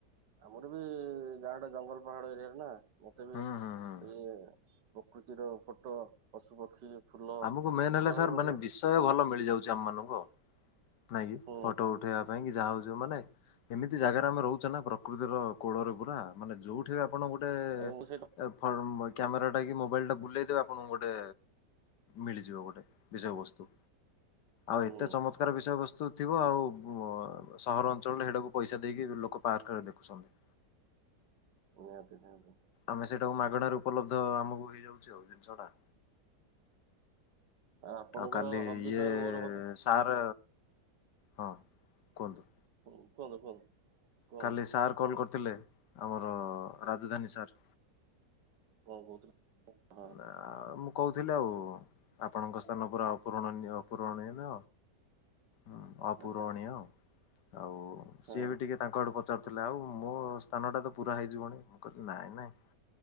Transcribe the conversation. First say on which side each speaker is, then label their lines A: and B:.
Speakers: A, on the right; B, on the left.
A: ଆମର ବି ଗାଁଟା ଜଙ୍ଗଲ ପାହାଡ଼ ଏରିଆ ଟା ନା ମତେ ବି
B: ହୁଁ ହୁଁ ହୁଁ
A: ସେଇ ପ୍ରକୃତିର ଫଟୋ ପଶୁ ପକ୍ଷୀ ଫୁଲ
B: ଆମକୁ ମେନ୍
A: ଦେଖିଲା
B: ହେଲେ ସାର୍
A: ମୁଁ
B: ମାନେ
A: ଟିକେ
B: ବିଷୟ ଭଲ ମିଳିଯାଉଛି ଆମମାନଙ୍କୁ ଆଉ ନାଇଁ କିି
A: ହୁଁ
B: ଫଟୋ ଉଠେଇବା ପାଇଁ କି ଯାହା ହଉଛିି ମାନେ ଏମିତି ଜାଗାରେ ଆମେ ରହୁଛେ ନା ପ୍ରକୃତିର କୋଳରେ ପୁରା ମାନେ ଯୋଉଠି ବି ଆପଣ ଗୋଟେ <unintelligible>
A: ଆଉ ମୁଁ ସେଇଟା
B: କ୍ୟାମେରା ଟା କି ମୋବାଇଲ ଟା ବୁଲେଇଦେବେ ଆପଣଙ୍କୁ ଗୋଟେ ମିଳିଯିବ ଗୋଟେ ବିଷୟ ବସ୍ତୁ ଆଉ
A: ହୁଁ
B: ଏତେ ଚମତ୍କାର ବିଷୟବସ୍ତୁ। ଥିବ ଆଉ ସହର ଅଞ୍ଚଳରେ ହେଟାକୁ ପଇସା ଦେଇକି ଲୋକ ପାର୍କରେ ଦେଖୁଛନ୍ତି
A: ନିହାତି ନିହାତି
B: ଆମେ ସେଇଟାକୁ ମାଗଣାରେ ଉପଲବ୍ଧ ଆମକୁ ହେଇଯାଉଛି ଆଉ ଜିନିଷ ଟା
A: ଆପଣଙ୍କର
B: ଆଉ କାଲି
A: ହବି
B: ଇଏ
A: ସାଙ୍ଗରେ ମୋର ହବି
B: ସାର୍ ହଁ କୁହନ୍ତୁ।
A: ହୁଁ କୁହନ୍ତୁ କୁହନ୍ତୁ। କୁହନ୍ତୁ
B: କାଲି ସାର୍ କଲ୍ କରିଥିଲେ ଆମର ରାଜଧାନୀ ସାର୍।
A: କଣ କହୁଥିଲେ? ହଁ
B: ନା ମୁଁ କହୁଥିଲି ଆଉ ଆପଣଙ୍କ ସ୍ଥାନ ପୁରା ଅପୂରଣନୀୟ ଅପୂରଣୀୟ। ହୁଁ ଅପୂରଣୀୟ
A: ଆଚ୍ଛା
B: ଆଉ
A: ହଁ
B: ସିଏ ବି ଟିକେ ତାଙ୍କ ଆଡ଼ୁ ପଚାରୁଥିଲେ ଆଉ ମୋ ସ୍ଥାନଟା ତ ପୁରା ହେଇଯିବଣି ମୁଁ କହିଲି ନାଇଁ ନାଇଁ।